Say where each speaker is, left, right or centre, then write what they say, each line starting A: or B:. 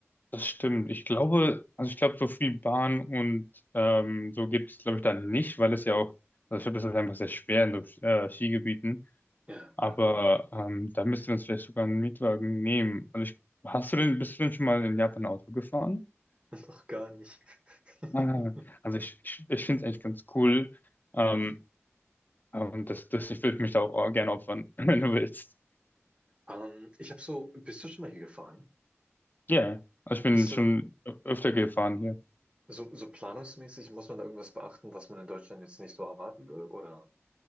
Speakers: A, on the left (about 40°); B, on the right (about 25°).
A: Das stimmt. Ich glaube, also ich glaube, so viel Bahn und ähm, so gibt es, glaube ich, dann nicht, weil es ja auch, also ich glaube, das ist einfach sehr schwer in so äh, Skigebieten.
B: Ja,
A: Aber
B: äh,
A: ähm, da müsste man uns vielleicht sogar einen Mietwagen nehmen. Also ich, hast du denn, bist du denn schon mal in Japan Auto gefahren?
B: noch gar nicht. <laughs>
A: Ah, also ich, ich, ich finde es eigentlich ganz cool. Ähm,
B: Hm.
A: und das, das, ich würde mich da auch gerne opfern, <laughs> wenn du willst.
B: Ähm, ich habe so, bist du schon mal hier gefahren?
A: Ja, also ich bin
B: Ist
A: schon
B: äh,
A: ö- öfter gefahren
B: so, so planungsmäßig, muss man da irgendwas beachten, was man in Deutschland jetzt nicht so erwarten will, oder?